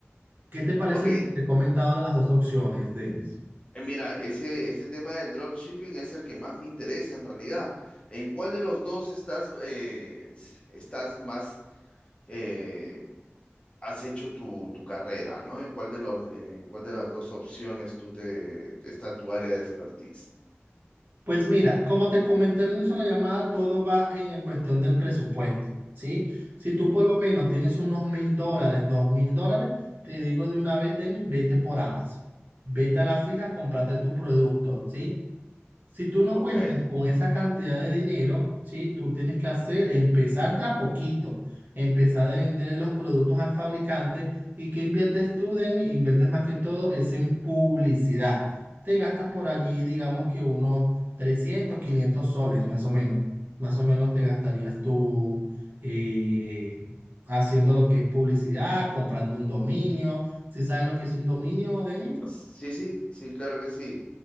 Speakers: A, on the right; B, on the left.
A: ¿Qué te parece
B: Ok,
A: lo
B: eh,
A: que te he comentado de las dos opciones, Denis?
B: mira, ese, ese tema del dropshipping es el que más me interesa en realidad. ¿En cuál de los dos estás, eh, s- estás más, eh, has hecho tu, tu carrera, ¿no? ¿En cuál de los, en cuál de las dos opciones tú te, está tu área de expertise?
A: Pues mira, como te comenté al inicio de la llamada, todo va en el cuestión del presupuesto, ¿sí? Si tú
B: Ujú.
A: por lo menos tienes unos mil dólares, dos mil dólares, te digo de una vez, Denis, vete por Amazon. Vete a la fija, cómprate tu producto, ¿sí? Si tú no
B: Ok.
A: cuentas con esa cantidad de dinero, ¿sí? Tú tienes que hacer, empezar de a poquito, empezar de vender los productos al fabricante. ¿Y qué inviertes tú, Denny? Inviertes más que todo es en publicidad. Te gastas por allí, digamos que unos 300, 500 soles, más o menos. Más o menos te gastarías tú eh, haciendo lo que es publicidad, comprando un dominio. ¿Sí sabes lo que es un dominio, Denny?
B: Sí, sí, sí, claro que sí.